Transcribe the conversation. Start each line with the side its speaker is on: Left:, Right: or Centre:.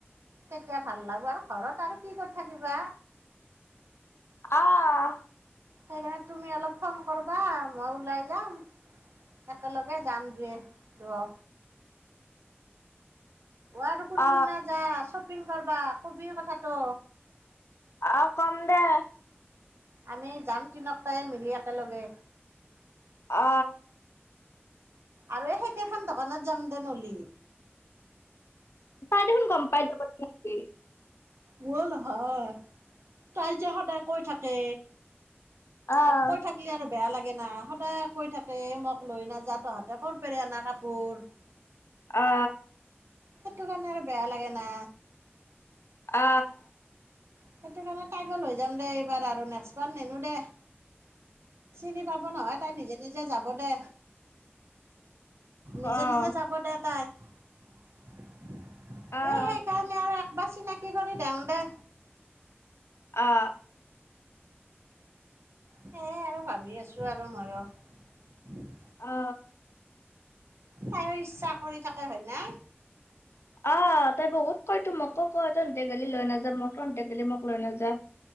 Right: তেতিয়া ভাল লাগব আৰু ঘৰত আৰু কি কৰি থাকিবা।
Left: অ'।
Right: সেইকাৰণে তুমি অলপ ফোন কৰবা, মই ওলাই যাম, একেলগে যাম দে দুয়ো। অ' আৰু কোনদিনা
Left: আহ
Right: যা চ <unintelligible> কৰবা, কবি কথাটো।
Left: অ কম দে।
Right: আমি যাম তিনকটাই মিলি একেলগে।
Left: অ।
Right: আৰু এই সেইকখন দোকানত যাম দে ন'লি।
Left: তাই দেখোন গম পাই। <unintelligible>
Right: ব'ল হয়, তাই যে সদায় কৈ থাকে।
Left: আহ
Right: আৰু কৈ থাকিলে আৰু বেয়া লাগে ল সদায় কৈ থাকে, মোক লৈ নাযা তহঁতে ক'ৰ পেৰে আনা কাপোৰ।
Left: অ।
Right: সেইটো কাৰণে আৰু বেয়া লাগে না।
Left: অ।
Right: সেইটো কাৰণে তাইকো লৈ যাম দে এইবাৰ আৰু, নেক্সট মান নেনো দে। চিনি পাব নহয় তাই নিজে নিজে যাব দে।
Left: আহ
Right: নিজে
Left: আহ
Right: নিজে যাব দে তাই। <unintelligible>
Left: আহ
Right: এ সেইকাৰণে আৰু বা চিনাকি কৰি দেওঁ দে।
Left: অ।
Right: সেই আৰু ভাবি আছো আৰু মইয়ো।
Left: অ।
Right: তাইও ইচ্ছা কৰি থাকে হয় না।
Left: অ, তাই বহুত কয় তো, মোকো কয়, তহতে গেলি লৈ নাযা, মোক তহতে গি মোক লৈ নাযা।